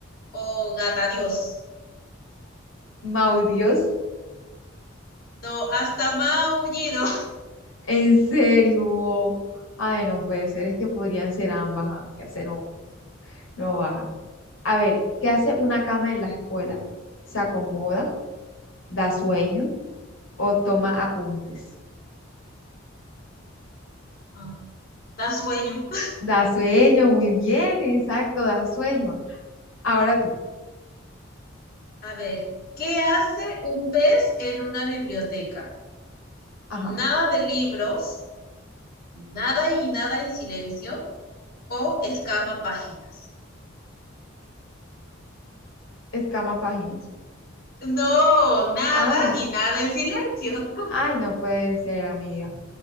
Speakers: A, on the left; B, on the left.
A: o gata Dios?
B: Mau Dios,
A: No, hasta maullido.
B: en serio. Ay, no puede ser, es que podrían ser ambas, amigas. Se nos No baja. A ver, ¿qué hace una cama en la escuela? ¿Se acomoda? ¿Da sueño? ¿O toma apuntes?
A: <laughs> Da sueño.
B: Da sueño, muy bien, exacto, da sueño. Ahora tú,
A: A ver, ¿qué hace un pez en una biblioteca?
B: ajá,
A: Nada de libros, nada y nada en silencio o escama páginas.
B: escama páginas.
A: No, nada
B: Ay,
A: y nada en silencio.
B: ay, no puede ser, amiga.